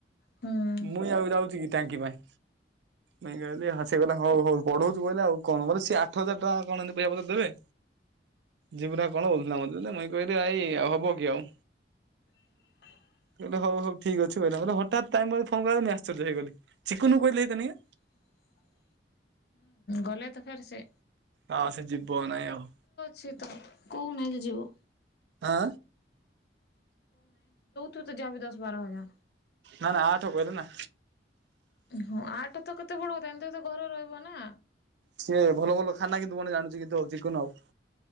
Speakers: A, on the left; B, on the right.
A: ହୁଁ
B: ମୁଇଁ ଆଉ ଯାଉଛି କି ଟାଙ୍କି ପାଇଁ, ମୁଇଁ କହିଲି ସେ କହିଲା ହଉ ହଉ ପଢଉଚୁ, କହିଲେ ଆଉ କଣ ମ ସେ ଆଠ ହଜାର ଟଙ୍କା କଣ ଏମିତି ପଇସା ପତ୍ର ଦେବେ। ଯିବୁନା କଣ ବୁଲଥିଲାମତେ, ମୁଇଁ କହିଲି ଭାଇ ଆଉ ହବ କି ଆଉ।
A: <inaudible>
B: କହିଲେ ହଉ ହଉ ଠିକ ଅଛି କହିଲା, ହଠାତ୍ ଟାଇମ ଫୋନ କଲି ମ୍ୟାସେଜ୍ ହେଇଗଲି ଚିକୁନ କହିଲେ ହେଇ <unintelligible>
A: <inaudible> ଗଲେ ତ ଫେର ସେ।
B: ହ ସେ ଯିବ ନାଇଁ ଆଉ।
A: ସେ ତ କହୁନାହି ଯେ ଯିବ।
B: ଆଁ?
A: ତୁ ତ ଯା ବି ଦଶ ବାର ହଜା।
B: ନା ନା ଆଠ କହିଲ ନା।
A: ହଁ ଆଠ ତ କେତେ ବଡ <unintelligible> ଏମତେ ତ ଘରେ ରହିବ ନା।
B: ସିଏ ଭଲ ଭଲ ଖାନା କିନ୍ତୁ ବନାଇ ଜାଣଛି କିନ୍ତୁ ଆଉ ଚିକନୁ ଆଉ।